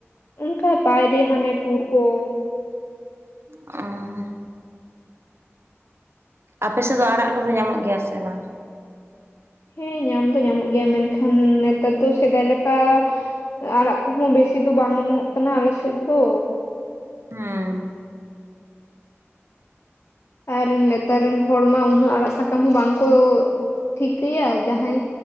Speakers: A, on the left; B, on the right.
A: ᱩᱱᱠᱟ ᱵᱟᱭᱨᱮ ᱦᱟᱱᱮ ᱴᱩᱨ ᱠᱚ᱾
B: ᱟᱸ ᱟᱯᱮ ᱥᱮᱫ ᱫᱚ ᱟᱲᱟᱜ ᱠᱚ ᱫᱚ ᱧᱟᱢᱚᱜ ᱜᱮᱭᱟ ᱥᱮ ᱵᱟᱝ?
A: ᱦᱮᱸ ᱧᱟᱢ ᱫᱚ ᱧᱟᱢᱚᱜ ᱜᱮᱭᱟ ᱢᱮᱱ ᱠᱷᱟᱱ ᱱᱮᱛᱚᱜ ᱫᱚ ᱥᱮᱫᱟᱭ ᱞᱮᱠᱟᱼᱼ ᱟᱲᱟᱜ ᱠᱚ ᱦᱚᱸ ᱵᱮᱥᱤ ᱫᱚ ᱵᱟᱝ ᱚᱢᱚᱱᱚᱜ ᱠᱟᱱᱟ ᱟᱞᱮ ᱥᱮᱫ ᱫᱚ,
B: ᱦᱩᱸᱻ
A: ᱟᱨ ᱱᱮᱛᱟᱨ ᱨᱮᱱ ᱦᱚᱲ ᱢᱟ ᱩᱱᱟᱹᱜ ᱟᱲᱟᱜ ᱥᱟᱠᱟᱢ ᱦᱚᱸ ᱵᱟᱝ ᱠᱚ ᱴᱷᱤᱠᱟᱹᱭᱟ ᱡᱟᱦᱟᱸᱭ